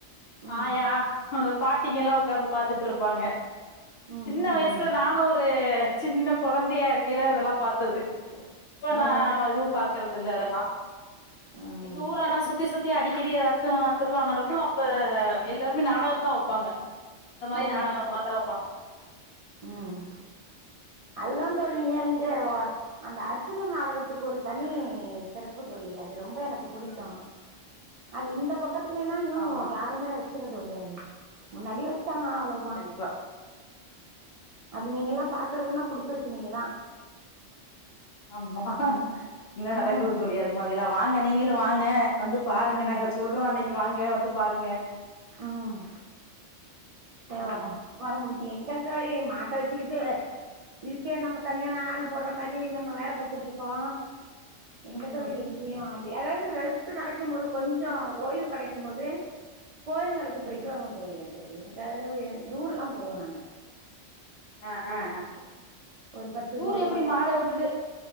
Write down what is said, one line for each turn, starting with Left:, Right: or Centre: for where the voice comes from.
Right: ம்
Left: ஆயா அந்த பாட்டிங்க எல்லா உக்காந்து பாத்துட்டு இருப்பாங்க
Right: ம்
Left: சின்ன
Right: ம்
Left: வயசுல
Right: ம்
Left: நானு ஒரு சின்ன கொழந்தையா இருக்கல்ல அதெல்லா பாத்தது இப்ப நா
Right: ஆ
Left: எதுவு பாக்குறது இல்ல அதெல்லா
Right: ம்
Left: எங்க ஊரனா சுத்தி சுத்தி அடிக்கடி ஏதாச்சு திருழா நடக்கு அப்ப எல்லாருமே நாடக தா வப் பாங்க இந்த மாரி
Right: ஆ
Left: நாடகமா தா வப்பாங்க
Right: ம் அதுதா தோழி அங்கே ஒ அந்த அர்ச்சுந்திர நாடகத்துக்கு ஒரு தனி செறப்பு தோழி அது ரொம்ப எனக்கு புடிக்கு அது இந்த பக்கத்துல எல்லா இன்னோ
Left: ஆமா
Right: யாருமே வக்கில தோழி அது முன்னாடி வச்சாங்க அவ்ளோ
Left: கண்டிப்பா
Right: அது நீங்க எல்லா பாக்குறதுன்னா குடுத்து வச்சு நீீங்கதா
Left: ஆமா இன்ன நடக்குது
Right: ம்
Left: தோழி அது மாதியெல்லா வாங்க நீங்களு வாங்க வந்து பாருங்கங்க
Right: ஆ
Left: நாங்க சொல்றோ அன்னைக்கு வாங்க வந்து பாருங்க
Right: ம் <unintelligible>
Left: ம்
Right: வரோ வர முடிது எங்க தோழி மாட்ட வச்சுக்கிட்டு இதுக்கே நம்ம தனியா நா ஆளு போடுற மாரி நம்ம வேல பாத்துட்டுருக்கோ எங்க
Left: ம்
Right: தோழி இங்கேயு அது அதாவ்து ரெஸ்டு கெடைக்கு போது கொஞ்சோ ஓய்வு கெடைக்கு போது கோயிலுகளுக்கு போய்ட்டு
Left: ம்
Right: வருவோ தோழி அது எங்கயுயே டூருல்லா போவோ நாங்க
Left: அ அ அ
Right: ஒரு பத்து
Left: டூர்
Right: கோ
Left: எப்டி மாட விட்டுட்டு